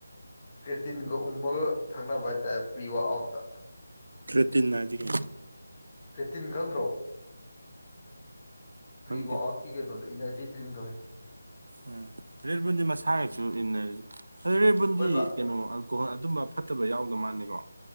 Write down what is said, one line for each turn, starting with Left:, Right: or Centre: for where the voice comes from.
Left: ꯀ꯭ꯔꯦꯇꯤꯟꯒ ꯎꯝꯃꯒ ꯊꯛꯅꯕ ꯍꯥꯏꯇꯥꯔꯦ ꯄ꯭ꯔꯤꯋꯥ ꯑꯥꯎꯠꯇ
Right: ꯀ꯭ꯔꯤꯇꯤꯟ ꯏꯒ
Left: ꯀ꯭ꯔꯤꯇꯤꯟ ꯈꯪꯗ꯭ꯔꯣ ꯄ꯭ꯔꯤ
Right: ꯈꯪꯗꯦ
Left: ꯋꯥ ꯀꯅꯣ ꯏꯅꯔꯖꯤ ꯗ꯭ꯔꯤꯛꯗꯣꯏ
Right: ꯎꯝ ꯔꯦꯠꯕꯨꯟꯗꯤ ꯃꯁꯥꯒꯁꯨ ꯏꯟꯅꯔꯤꯁꯦ ꯑꯗꯨ ꯔꯦꯠꯕꯨꯟꯗꯤ
Left: ꯍꯣꯏꯕ
Right: ꯀꯩꯅꯣ ꯀꯣꯍ ꯑꯗꯨꯝꯕ ꯐꯠꯇꯕ ꯌꯥꯎꯗ ꯃꯥꯅꯤꯀꯣ